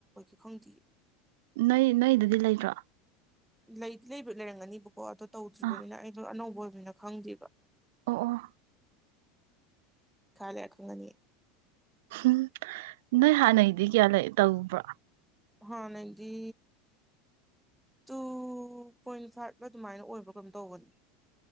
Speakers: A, in the centre; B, on the right.
A: ꯈꯪꯇ
B: ꯅꯣꯏ ꯅꯣꯏꯗꯗꯤ ꯂꯩꯇ꯭ꯔꯣ
A: ꯂꯩ ꯂꯩ ꯂꯩꯔꯝꯒꯅꯤꯕꯨ ꯀꯣ ꯑꯣ ꯇꯧꯗ꯭ꯔꯤꯕꯅꯤꯅ
B: ꯑꯥ
A: ꯑꯩꯗꯣ ꯑꯅꯧꯕ ꯍꯥꯏꯣꯏꯅ ꯈꯪꯗ꯭ꯔꯤꯕ
B: ꯑꯣ ꯑꯣ
A: ꯀꯂ ꯌꯥ ꯀꯒꯅꯤꯦ
B: ꯎꯝ ꯅꯣꯏ ꯍꯥꯟꯅꯩꯗꯤ ꯀꯌꯥ ꯂꯩ ꯇꯧꯕ꯭ꯔꯣ
A: ꯍꯅꯒꯤ ꯇꯨ ꯄꯣꯏꯟ ꯐꯥꯏꯚꯅ ꯑꯗꯨꯃꯥꯏꯅ ꯑꯣꯏꯕ꯭ꯔꯥ ꯀꯩꯅꯝꯣ ꯇꯧꯕꯅꯤ